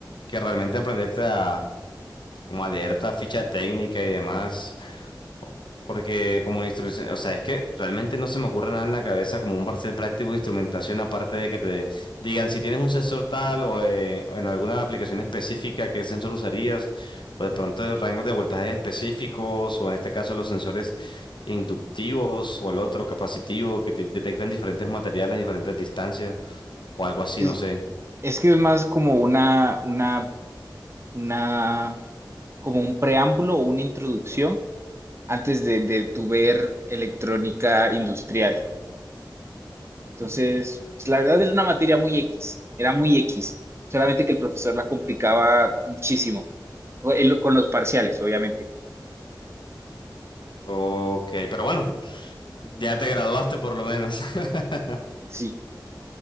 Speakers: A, on the left; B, on the right.
A: que realmente aprenderte a, como a leer esta ficha técnica y demás. Porque como instrucción, o sea, es que realmente no se me ocurre nada en la cabeza como un parcial práctico de instrumentación, aparte de que te digan si tienes un sensor tal o eh, en alguna aplicación específica qué sensor usarías, o de pronto rangos de voltaje específicos, o en este caso los sensores inductivos o el otro capacitivo que te detectan diferentes materiales, diferentes distancias, o algo así,
B: es-
A: no sé.
B: es que es más como una, una una, como un preámbulo o una introducción antes de, de tu ver electrónica industrial. Entonces, pues, la verdad era una materia muy X, era muy X, solamente que el profesor la complicaba muchísimo, o- él- con los parciales, obviamente.
A: Ok, pero bueno, ya te graduaste por lo menos. <laughs>
B: Sí,